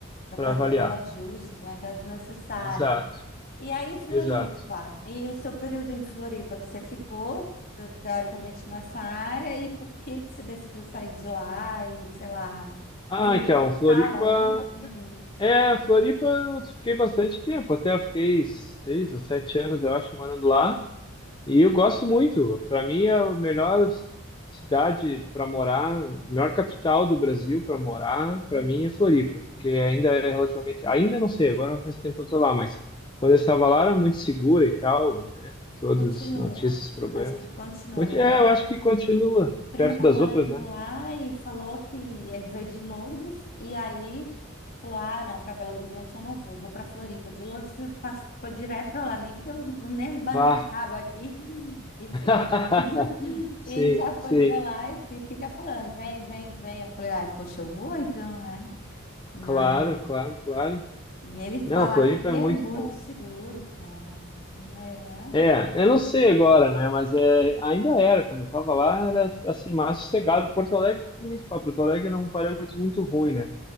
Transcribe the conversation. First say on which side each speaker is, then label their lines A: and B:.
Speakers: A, on the left; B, on the left.
A: para
B: para
A: fazer
B: avaliar.
A: os ajustes, né, caso necessário.
B: Exato,
A: E aí, Floripa,
B: exato.
A: e o seu período em Floripa, que você ficou, te- teoricamente, nessa área, e por que que você decidiu sair de lá e, sei lá,
B: Ah,
A: deu um
B: então, Floripa.
A: estalo aí? Hum,
B: É, Floripa eu fiquei bastante tempo, até eu fiquei seis ou sete anos, eu acho, morando lá. E eu gosto muito. Para mim é a melhor cidade para morar, melhor capital do Brasil para morar.
A: hum.
B: Para mim é Floripa, porque ainda é relativamente, ainda não sei, agora não faz tempo que eu tô lá, mas quando eu estava lá era muito segura e tal, né? Todos
A: Continua,
B: não tinham esses problemas.
A: acho que continua,
B: Conti-
A: meu
B: É,
A: primo.
B: eu acho que continua
A: A prima
B: perto
A: tá
B: das
A: morando
B: outras, né?
A: lá e falou que ele veio de Londres e aí falou: "Ah, não, para Belo Horizonte eu não vou, vou para Floripa". De Londres fui- pass- foi direto para lá, nem deu, nem banou
B: Vá.
A: o rabo aqui e, e,
B: <laughs>
A: <laughs> e já
B: Sim, sim.
A: foi para lá e fi- fica falando: "Vem, vem, vem". Eu falei: "Ai, poxa, eu vou então, né?". Mas
B: Claro, claro, claro.
A: e ele fala
B: Não, Floripa
A: que
B: é
A: é
B: muito
A: muito
B: bom.
A: seguro, cara. Não é lá?
B: É, eu não sei agora, né? Mas é, ainda era, quando eu tava lá, era assim, mais sossegado. Porto Alegre, nem se fala, Porto Alegre era um parâmetro muito ruim, né?